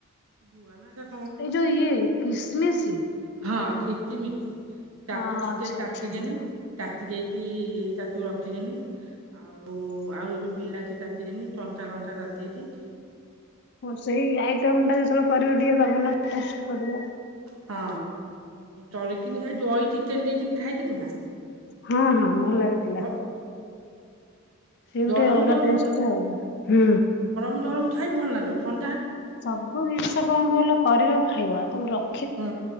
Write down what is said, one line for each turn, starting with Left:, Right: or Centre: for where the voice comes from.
Right: ଦୁଆ ନା ଯ
Left: ଏଇ ଯଉ ଇଏ କିସିମିସି
Right: ହଁ, କିସିମିଶି ତାକୁ
Left: ହଁ
Right: ଟିକେ
Left: ଆଚ୍ଛା
Right: କାଟି
Left: ଆଚ୍ଛା
Right: ଦେନି
Left: ହଁ।
Right: କାତି ଦେଇକି ତାକୁୁ ରଖିଦେନି। ଆଉ ଆଉ ଯୋଉ ବିଲାଟି କାତିଦେନି କଞ୍ଚା ଲଙ୍କା କାତି ଦେଲି
Left: ସେଇ ଆଇଟମ ଟା ଯେତେବେଳେ କରିବ ଟିକେ ଦବ ନା ଟେଷ୍ଟ କରିବା।
Right: ହଁ, ତରିଥିନି ଏ ଦହି ଚିକେନ ଦେଇଥିନି ଖାଇଥିଲୁ ନା?
Left: ହଁ, ହଁ ଭଲ ଲାଗିଥିଲା।
Right: ଭ
Left: ସେ ଗୋଟେ
Right: ଗରମ
Left: ଅଲଗା
Right: ଗରମ
Left: ଟେଷ୍ଟ
Right: ଖାଇ
Left: ଆଉ ହୁଁ।
Right: ଗରମ ଗରମ ଖାଇବୁ ଭଲ ଲାଗିବ ଥ
Left: ସବୁ ଜିନିଷ କଣ କହିଲ କରିବ ଖଇବ ତାକୁ ର
Right: ହୁଁ,